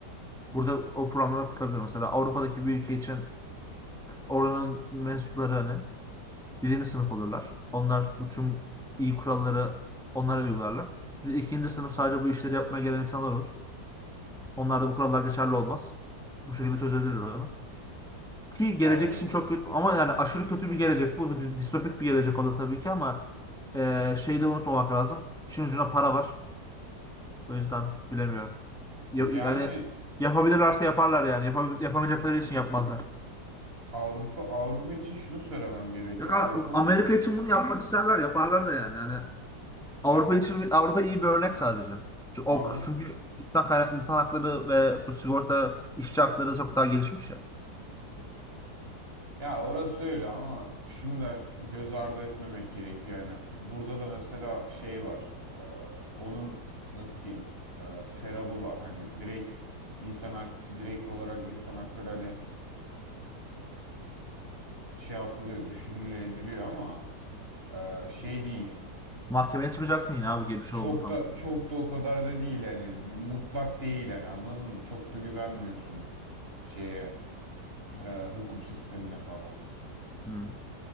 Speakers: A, in the centre; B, on the right.
A: burada o programları kurtarabilir. Mesela Avrupa'daki bir ülke için oranın mensupları hani birinci sınıf olurlar. Onlar bütün iyi kuralları onlara uygularlar. Bir de İkinci sınıf sadece bu işleri yapmaya gelen insanlar olur. Onlarda bu kurallar geçerli olmaz. Bu şekilde çözebilir onu. Ki gelecek
B: Abi
A: için çok kötü ama yani aşırı kötü bir gelecek. Bu bir distopik bir gelecek olur tabii ki ama e, şeyi de unutmamak lazım. İşin ucuna para var. O yüzden bilemiyorum. Ya-
B: yani
A: Yani yapabilirlerse yaparlar yani. Yapabil- yapamayacakları için yapmazlar.
B: Avrupa Avrupa için şunu söylemem gerekiyor.
A: Yok, ha-
B: Avrupa'nın
A: Amerika için bunu yapmak isterler. Yaparlar da yani. Yani Avrupa
B: ya
A: için Avrupa iyi bir örnek sadece. Çünkü
B: Avrupa
A: O çünkü insan kaynak insan hakları ve bu sigorta işçi hakları çok daha gelişmiş ya.
B: Ya orası öyle ama şunu da göz ardı etmemek gerekiyor. Yani burada da mesela şey var. e, onun nasıl diyeyim? E, serabı var. Hani direkt insan hak, direkt olarak insan hakları hani e, şey yapılıyor, düşünülüyor, ediliyor ama e, şey değil.
A: Mahkemeye çıkacaksın yine abi gibi bir şey
B: Çok
A: olduğu zaman.
B: da çok da o kadar da değil yani Bir mutlak değil yani anladın mı? Çok da güvenmiyorsun şeye, e, hukuk sistemine falan.
A: Hmm,